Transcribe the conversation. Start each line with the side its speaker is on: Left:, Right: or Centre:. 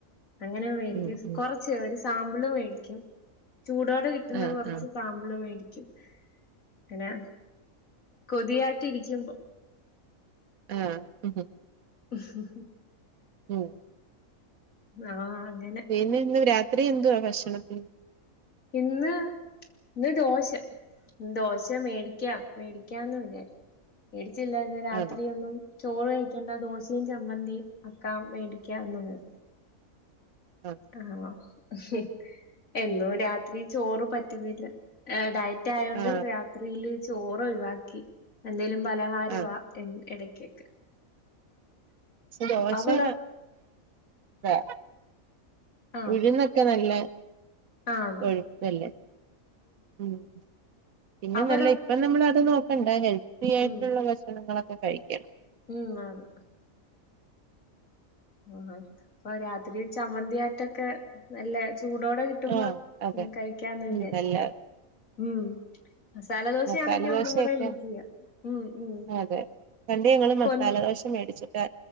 Left: അങ്ങനെ മേടിക്കും
Right: ഉം ഉം
Left: കൊറ ച്ച് ഒരു സാമ്പിള് മേടിക്കും ചൂടോടെ കിട്ടുന്ന
Right: ആഹ്
Left: കുറച്ച്
Right: ആഹ്
Left: സാമ്പിളും മേടിക്കും അങ്ങനെ കൊതിയായിട്ട് ഇരിക്കുമ്പം
Right: ആഹ്
Left: <inaudible>
Right: ഉം
Left: ആഹ് അങ്ങനെ
Right: പിന്നെ ഇന്ന് രാത്രി എന്തുവാ ഭക്ഷണത്തിന്
Left: ഇന്ന് ഇന്ന് ദോശ ദോശ മേടിക്ക മേടിക്കാന്ന് വിചാരി- മേടിച്ചില്ല എന്ന് രാത്രി
Right: ആണോ
Left: ഒന്നും ചോറ് കഴിക്കേണ്ട ദോശയും ചമ്മന്തിയും അക്കാം മേടിക്കാം എന്ന് <unintelligible>
Right: <unintelligible>
Left: ആഹ് എന്നും രാത്രി ചോറ് പറ്റുന്നില്ല ഡയറ്റ് ആയതോണ്ട്
Right: ആ
Left: രാത്രിയില് ചോറ് ഒഴിവാക്കി എന്തേലും പലഹാരവാ
Right: ആ
Left: എ ഇടയ്ക്ക്
Right: സ ദോഷാ
Left: അവിടോ
Right: <unintelligible>
Left: ആഹ്
Right: ഉഴുന്നൊക്ക നല്ല
Left: ആന്ന്
Right: കോയ്‌പ്പല്ലെ ഉം പിന്നെ
Left: അവിടോ
Right: നല്ല ഇപ്പം നമ്മള് അത് നോക്കണ്ട ഹെൽത്തി ആയിട്ടുള്ള
Left: ഉം
Right: ഭക്ഷണങ്ങളൊക്ക കഴിക്കണം
Left: ഉം അതെ ഉം ഇപ്പൊ രാത്രി ചമ്മന്തിയായിട്ടൊക്കെ നല്ല ചൂടോടെ കിട്ടുമ്പം
Right: ആ അതെ
Left: കഴിക്കാന്ന്
Right: ഉം
Left: വിചാരി
Right: നല്ല
Left: ഉം മസാല ദോശയാണെങ്കി
Right: മസാല
Left: ഒന്നും
Right: ദോശയൊക്കെ
Left: കൂടെ രുചിയാ ഉം ഉം
Right: അതെ പണ്ട് ഞങ്ങള് മസാലദോശ
Left: കൊൻ
Right: മേടിച്ചിട്ട്